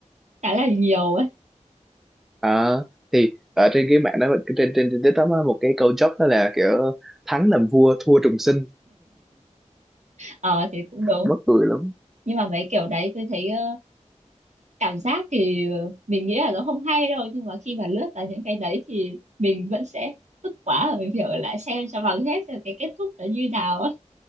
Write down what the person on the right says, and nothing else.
khá là nhiều ấy.
Ờ thì cũng đúng.
Nhưng mà mấy kiểu đấy tôi thấy ờ, cảm giác thì ờ, mình nghĩ là nó không hay đâu nhưng mà khi mà lướt vào những cái đấy thì mình vẫn sẽ tức quá rồi mình phải ở lại xem cho bằng hết rồi cái kết thúc nó như nào ấy.